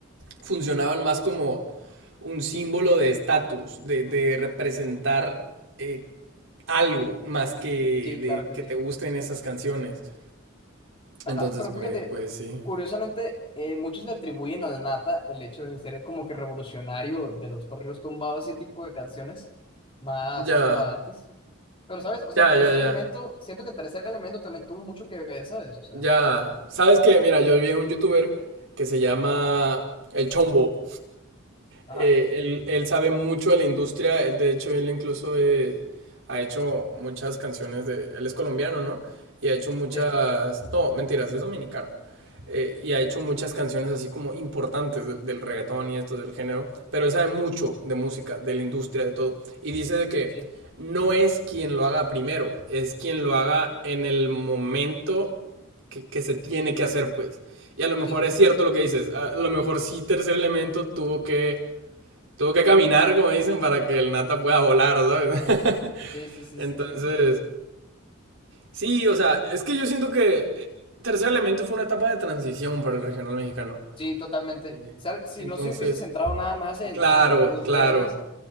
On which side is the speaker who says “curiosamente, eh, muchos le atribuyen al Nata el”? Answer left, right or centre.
Left